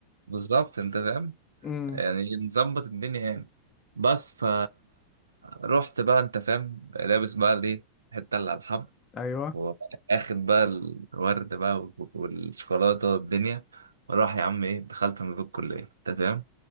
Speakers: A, on the right; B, on the left.
A: بالظبط انت فاهم
B: <laughs> امم
A: يعني نظبط الدنيا يعني بس ف رحت بقى انت فاهم لابس بقى الايه حته اللي على الحب
B: ايوه
A: واخد بقى الورد بقى وال- والشوكولاته والدنيا وراح يا عم ايه دخلت من باب الكليه انت فاهم